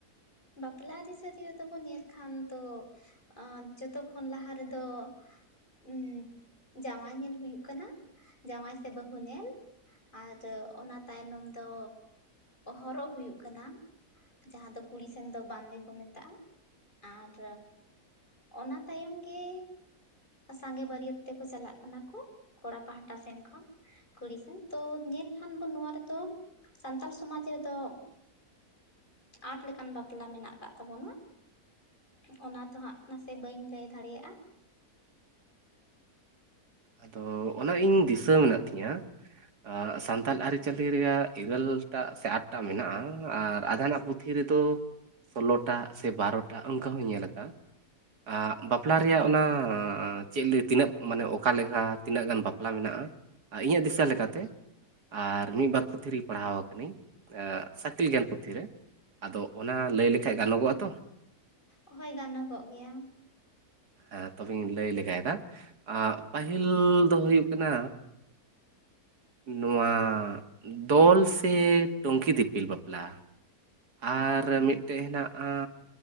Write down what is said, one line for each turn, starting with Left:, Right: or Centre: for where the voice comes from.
Left: ᱵᱟᱯᱞᱟ ᱟᱹᱨᱤᱪᱟᱹᱞᱤ ᱨᱮᱫᱚ ᱵᱚᱱ ᱧᱮᱞ ᱠᱷᱟᱱ ᱛᱚ ᱟᱨ ᱡᱚᱛᱚ ᱠᱦᱚᱱ ᱞᱟᱦᱟ ᱨᱮᱫᱚ ᱩ ᱡᱟᱶᱟᱭ ᱧᱮᱞ ᱦᱩᱭᱩᱜ ᱠᱟᱱᱟ ᱡᱟᱶᱟᱭ ᱥᱮ ᱵᱟᱹᱦᱩ ᱧᱮᱞ, ᱟᱨ ᱚᱱᱟ ᱛᱟᱭᱱᱚᱢ ᱫᱚ ᱦᱚᱨᱚᱜ ᱦᱩᱭᱩᱜ ᱠᱟᱱᱟ ᱡᱟᱦᱟᱸ ᱫᱚ ᱠᱩᱞᱤ ᱥᱮᱱ ᱫᱚ ᱵᱟᱱᱫᱮ ᱠᱚ ᱢᱮᱛᱟᱜᱼᱟ ᱟᱨ ᱚᱱᱟ ᱛᱟᱭᱚᱢ ᱜᱮ ᱥᱟᱸᱜᱮ ᱵᱟᱹᱨᱭᱟᱹᱛ ᱛᱮᱠᱚ ᱪᱟᱞᱟᱜ ᱠᱟᱱᱟ ᱠᱚ ᱠᱚᱲᱟ ᱯᱟᱦᱴᱟ ᱥᱮᱱ ᱠᱷᱚᱱ ᱠᱩᱲᱤ ᱥᱮᱱ ᱛᱳ ᱧᱮᱞ ᱠᱷᱟᱱ ᱵᱚᱱ ᱱᱚᱣᱟ ᱨᱮᱫᱚ ᱥᱟᱱᱛᱟᱞ ᱥᱚᱢᱟᱡᱽ ᱨᱮᱫᱚ ᱟᱴ ᱞᱮᱠᱟ, ᱜᱟᱱ ᱵᱟᱯᱞᱟ ᱢᱮᱱᱟᱜ ᱟᱠᱟᱜ ᱛᱟᱵᱚᱱᱟ ᱚᱱᱟ ᱫᱚ ᱦᱟᱸᱜ ᱱᱟᱥᱮ ᱵᱟᱹᱧ ᱞᱟᱹᱭ ᱫᱟᱲᱮᱭᱟᱜᱼᱟ᱾
Right: ᱟᱫᱚ ᱚᱱᱟ ᱤᱧ ᱫᱤᱥᱟᱹ ᱢᱮᱱᱟᱜ ᱛᱤᱧᱟ ᱟᱥ ᱥᱟᱱᱛᱟᱞ ᱟᱹᱨᱤᱪᱟᱹᱞᱤ ᱨᱮᱭᱟᱜ ᱤᱨᱟᱹᱞ ᱴᱟᱜ ᱥᱮ ᱟᱴ ᱴᱟᱜ ᱢᱮᱱᱟᱜᱼᱟ, ᱟᱨ ᱟᱫᱦᱟᱱᱟᱜ ᱯᱩᱛᱷᱤ ᱨᱮᱫᱚ ᱥᱳᱞᱳᱚ ᱴᱟᱜ ᱥᱮ ᱵᱟᱨᱚ ᱴᱟᱜ ᱚᱱᱠᱟ ᱦᱚᱸᱧ ᱧᱮᱞ ᱟᱠᱟᱫ-ᱟ ᱾ ᱟ ᱵᱟᱯᱞᱟ ᱨᱮᱭᱟᱜ ᱚᱱᱟ ᱪᱮᱜ ᱞᱟᱹᱭ ᱛᱤᱱᱟᱹᱜ ᱢᱟᱱᱮ ᱚᱠᱟ ᱞᱮᱠᱟ ᱛᱤᱱᱟᱹᱜ ᱜᱟᱱ ᱵᱟᱯᱞᱟ ᱢᱮᱱᱟᱜᱼᱟ ᱤᱧᱟᱹᱜ ᱫᱤᱥᱟᱹ ᱞᱮᱠᱟᱛᱮ ᱟᱨ ᱢᱤᱫ ᱵᱟᱨ ᱯᱩᱛᱷᱤ ᱨᱮᱜᱮ ᱯᱟᱲᱦᱟᱣ ᱠᱟᱱᱤᱧ ᱮ ᱥᱮ ᱟᱠᱤᱞ ᱜᱮᱭᱟᱱ ᱯᱩᱛᱷᱤᱨᱮ᱾ ᱟᱫᱚ ᱚᱱᱟ ᱞᱟᱹᱭ ᱞᱮᱠᱷᱟᱡ ᱜᱟᱱᱚᱜᱚᱜᱼᱟ ᱛᱚ?
Left: ᱦᱳᱭ ᱜᱟᱱᱚᱜᱚᱜ ᱜᱮᱭᱟ᱾
Right: ᱦᱮ ᱛᱚᱵᱮᱧ ᱞᱟᱹᱭ ᱞᱮᱜᱟᱭᱫᱟ᱾ ᱟᱸᱜ ᱯᱟᱹᱦᱤᱞ ᱫᱚ ᱦᱩᱭᱩᱜ ᱠᱟᱱᱟ ᱱᱚᱣᱟ ᱫᱚᱞ ᱥᱮ ᱴᱩᱝᱠᱤ ᱫᱤᱯᱤᱞ ᱵᱟᱯᱞᱟ ᱟᱨ ᱢᱤᱫᱴᱮᱡ ᱦᱮᱱᱟᱜᱼᱟ